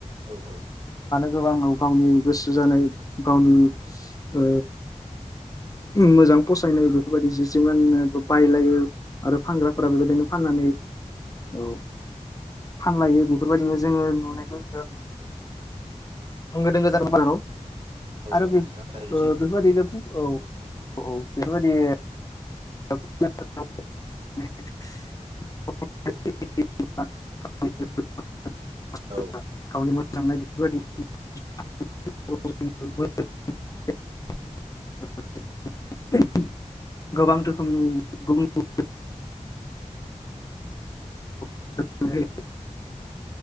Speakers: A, on the right; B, on the left.
A: औ औ।
B: गोबाङाव गावनि गोसो जानाय गावनि ओ मोजां फसायनाय बेफोर बायदि जि जोम गाननो बायलायो आरो फानग्राफोरा बेबायदिनो फाननानै ओ फानलायो बेफोरबायदिनो जोङो नुनायखौ होंगो दोंगो <unintelligible> जायो। आरो
A: औ नोंथां
B: बे
A: थारैनो
B: ओ
A: सैथो
B: बेबायदिनो
A: बेयो
B: औ। औ औ बेफोर बायदि। <unintelligible>
A: औ।
B: <unintelligible> <unintelligible> <unintelligible>